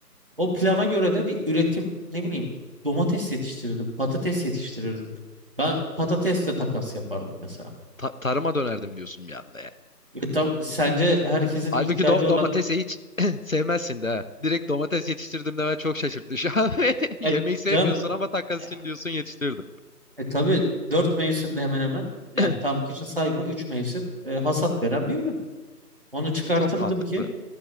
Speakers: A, on the right; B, on the left.
A: O plana göre de bir üretim ne bileyim domates yetiştirirdim, patates yetiştirirdim. Ben patatesle
B: Hı.
A: takas yapardım mesela.
B: Ta- tarıma dönerdim diyorsun bir anda ya.
A: Ya tab- sence herkesin
B: Halbuki
A: ihtiyacı
B: do-
A: olan
B: domatesi hiç <clears throat> sevmezsin de. ha. Direkt domates yetiştirdim demen çok şaşırttı şu an. <laughs>
A: ya
B: Yemeği sevmiyorsun
A: Cem
B: ama takas
A: ya,
B: için diyorsun yetiştirdim.
A: e, tabii dört mevsimde hemen hemen yani
B: <clears throat>
A: tam kışı sayma üç mevsim e, hasat veren bir ürün. Onu çıkartırdım
B: Çok mantıklı.
A: ki